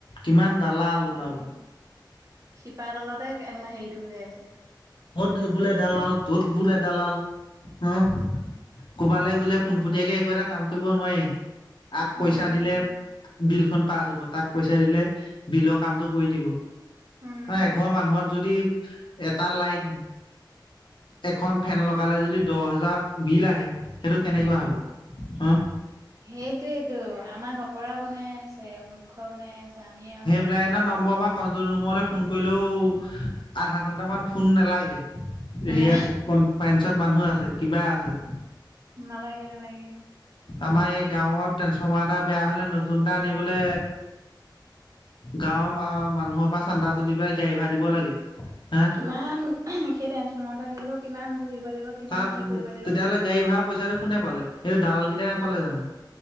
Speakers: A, on the left (about 85°); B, on the right (about 45°).
A: কিমান দালাল ওলাব।
B: শিপা তলতে হেৰিটো হৈ আছে।
A: মত বোলে দালাল তোত বোলে দালাল। অ কবালৈ গ'লে পোনপটীয়াকে একো এটা কাম কৰিব নোৱাৰি। আগ
B: উম,
A: পইচা দিলে বিল খ পাছ হব তাক পইচা দিলে বিলৰ কামটো কৰি থাকিব।
B: উম।
A: ন এঘৰ মানুহত যদি এটা লাইট। এখন ফেন লগালে যদি দহ হোজাৰ বিল আহে সেইটো কেনেকুৱা হ'ব। হা।
B: সেইটোয়েইেটো আমাক অকৰা বনাই আছে মূৰ্খ বনাই আছে। আমি আৰু
A: হেল্প
B: মূৰ্খ।
A: লাইননৰ নম্বৰ বা। কন্ট্ৰল ৰুমলৈ ফোন কৰিলেও আধা ঘন্টামান ফোন নালাগে। সেৰিয়াত
B: না
A: কোন পঞ্চন মানুহ আছে কিবা আছে।
B: নালাগে- নালাগে।
A: আমাৰ এই গাঁওত ট্ৰেন্সফৰ্মাৰ এটা বেয়া হ'লে নতুন এটা আনিবলে। গাঁৱৰ মানুহৰ পৰা চান্দা তুলি পেলাই গাড়ী ভাড় দিব লাগে হা।
B: কিমান সেই ট্ৰেঞ্চফৰ্মাৰটো নিবলৈও কিমান ঘূৰিব লাগিব। কিমান
A: <unintelligible>
B: কি কৰিব লাগিব।
A: তেতিয়াহ'লে গাড়ী ভাৰা পইচাটো কোনে পালে, সেই দালাল কেইটাই নাপালে জানো!